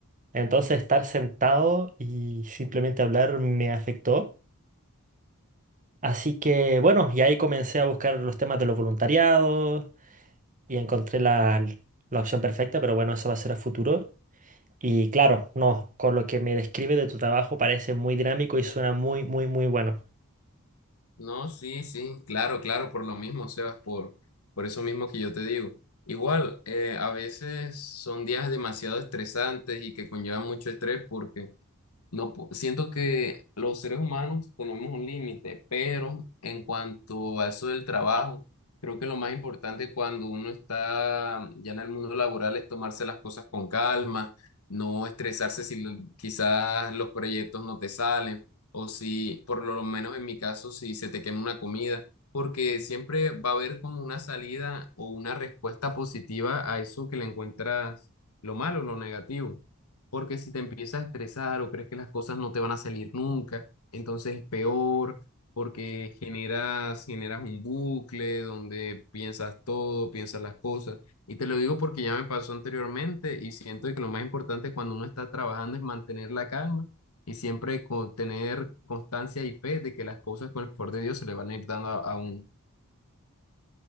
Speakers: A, on the right (about 35°); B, on the left (about 80°).
A: Entonces estar sentado y simplemente hablar me afectó. Así que bueno, y ahí comencé a buscar los temas de los voluntariados y encontré la, la opción perfecta, pero bueno, eso va a ser a futuro. Y claro, no, con lo que me describe de tu trabajo parece muy dinámico y suena muy, muy, muy bueno.
B: No, sí, sí, claro, claro, por lo mismo, Sebas, por, por eso mismo que yo te digo. Igual, eh, a veces son días demasiado estresantes y que conllevan mucho estrés porque No, po- siento que los seres humanos tenemos un límite, pero en cuanto a eso del trabajo, creo que lo más importante cuando uno está ya en el mundo laboral es tomarse las cosas con calma, no estresarse si lo- quizás los proyectos no te salen o si, por lo menos en mi caso, si se te quema una comida, porque siempre va a haber como una salida o una respuesta positiva a eso que le encuentras lo malo, lo negativo porque si te empiezas a estresar o crees que las cosas no te van a salir nunca, entonces es peor, porque generas, generas un bucle donde piensas todo, piensas las cosas. Y te lo digo porque ya me pasó anteriormente y siento que lo más importante cuando uno está trabajando es mantener la calma y siempre con, tener constancia y fe de que las cosas con el favor de Dios se le van a ir dando a, a uno.